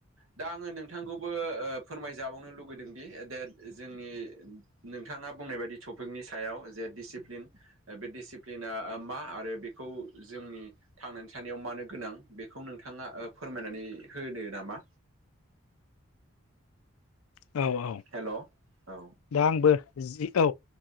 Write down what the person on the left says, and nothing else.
औ औ
दा आंबो जि औ